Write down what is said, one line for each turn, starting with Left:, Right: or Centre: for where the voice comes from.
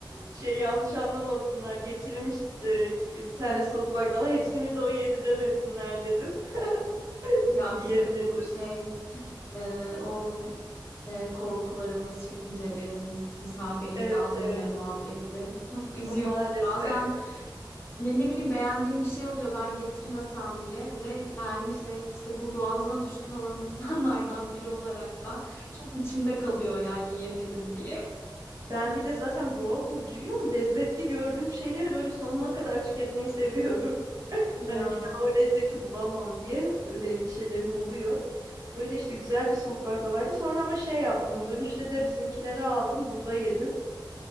Right: Şey yanlış anlamasınlar. Getirmiş e, ki- bir tane soğuk baklava. Hepsini de o yedi demesinler dedim. <laughs>
Left: Ya
Right: Yiyemedim.
Left: bizim bu şey e, o e, korkularımız, çekincelerimiz, misafirlikte
Right: Evet
Left: azleme
Right: evet.
Left: muhabbeti çok üzüyor.
Right: Maalesef.
Left: Bazen ne, ne bileyim beğendiğim bir şey oluyor ben getirmesem bile ve yani şey işte bu boğazına düşkün olan <laughs> insanlardan biri olarak ben çok içimde kalıyor ya yiyemedim diye.
Right: Ben bir de
Left: <laughs>
Right: zaten boğa burcuyum. Lezzetli gördüğüm şeyleri böyle sonuna kadar tüketmeyi seviyorum. <laughs>
Left: Ya.
Right: Hani bir daha o lezzeti bulamam diye böyle endişelerim oluyor. Öyle işte güzel bir soğuk baklavaydı. Sonra ama şey yaptım. Dönüşte de bizimkileri aldım. Burada yedim.